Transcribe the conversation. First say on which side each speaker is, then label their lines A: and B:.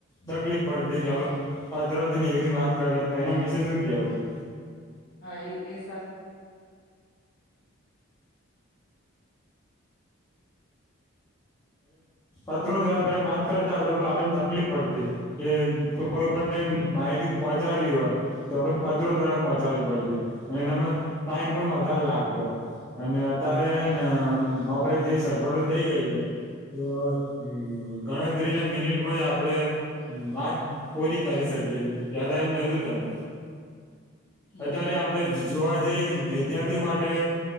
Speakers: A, on the left; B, on the left.
A: તકલીફ પડતી કે આપવે પાત્ર એવી રીતે વાત કરતા એના વિશે શું કેવું હોય
B: હા એ એ સ
A: અ કતરો થ પેલા વાત કરતા હતો પણ આપડેને તકલીફ પડતી કે કોઈ પણને માહિતી પહોચાડવી હોય તો આપણે પત્રો ઘ્વારા પહોંચાવી પડતી અને એમાં ટાઈમ પણ વધારે લાગતો. અને અત્યારે મોબાઇલ જેવી સગવડો થઈ ગઈ છે. તો હવે ગણતરીની મિનિટોમાં જ આપણે વાત પુરી કરી શકીએ છીએ. પહેલાં આવું નહી તી થતું
B: હમ
A: અત્યારે આપણે જોવા જઈએ તો વિદ્યાર્થી ઓ માટે